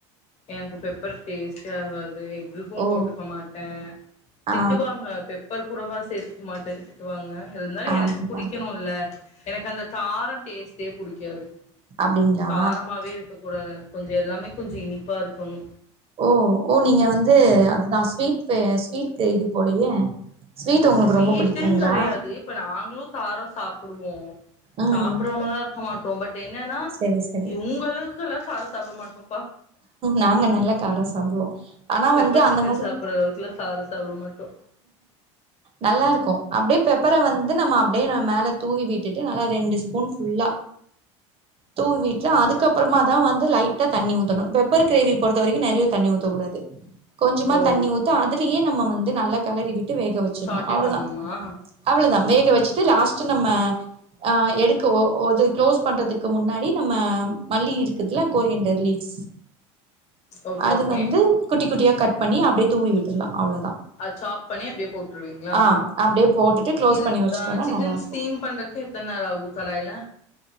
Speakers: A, on the left; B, on the right.
A: எனக்கு பெப்பர் டேஸ்ட்டே ஆகாது எக்குக்கும்
B: ஓ
A: போட்டுக்க மாட்ட திட்டுவாங்க
B: ஆ
A: பெப்பர் கூடவா சேத்துக்க மாட்டன் திட்டுவாங்க இருந்தாலு
B: அதுதா
A: எனக்கு புடிக்கணுல்ல எனக்கு அந்த காரொ டேஸ்ட்டே புடிக்காது
B: அப்டிங்ளா
A: காரமாவே இருக்க கூடாது எனக் கொஞ்சொ எல்லாமே கொஞ்சொ இனிப்பா இருக்கணு
B: ஓ ஓ நீங்க வந்து அதுதா ஸ்வீட்டு ஸ்வீட்டு இது போலயே ஸ்வீட் உங்களுக்கு
A: ஸ்வீட்டுன்
B: ரொம்ப புடிக்குங்களா
A: கடையாது இப்ப நாங்களு காரொ சாப்டுவோ
B: ம்
A: சாப்டாமல்லா இருக்க மாட்டோ பட் என்னன்னா
B: சரி சரி
A: இ உங்களவுக்குல்லா காரொ சாப்ட மாட்டோ
B: நாங்க நல்ல காரொ சாப்டுவோ ஆனா
A: பெப்பர்
B: வந்து
A: சிக்கன்
B: அந்த மாரி
A: சாப்புர்ற அளவுக்குலா காரொ சாப்ட மாட்டோ
B: நல்லா இருக்கு அ ப்டே பெப்பர வந்து நம்ம அப்டே நா மேல தூவி விட்டுட்டு நல்லா ரெண்டு ஸ்பூன் ஃபுல்லா தூவிட்ல அதுக்கப்பறமாதா வந்து லைட்டா தண்ணி ஊத்தணு பெப்பர் க்ரேவி பொறுத்த வரைக்கு நறையா தண்ணி ஊத்தக்கூடாது கொஞ்சமா
A: ஓ
B: தண்ணி ஊத்து அதுலயே நம்ம வந்து நல்லா கலறி விட் டு வேக வெச்சிர்ணு
A: சாட்டே
B: அவ்வளோதா
A: பண்ணணுமா
B: அவ்ளோதா வேக வச்சுட்டு லாஸ்ட்டு நம்ம ஆ எடுத் க ஒ ஓது க்ளோஸ் பண்றதுக்கு முன்னாடி நம்ம மல்லி இருக்குதுல்ல கோரியான்டர் லீவ்ஸ்
A: ஓகே
B: அது
A: ஓகே
B: வந்து குட்டிக் குட்டியா கட் பண்ணி அப்டியே தூவி விட்ருலா அவ்ளோதா
A: அ சாப் பண்ணி அப்டியே போட்ருவீங்களா
B: ஆ அப்டியே போட்டுட்டு க்ளோஸ்
A: இது
B: பண்ணி வச்சுட்டோனா
A: ஆ சிக்கன்
B: நல்லாருக்கு
A: ஸ்டீம் பண்றக்கு எத்தன் நேராகு கடாய்ல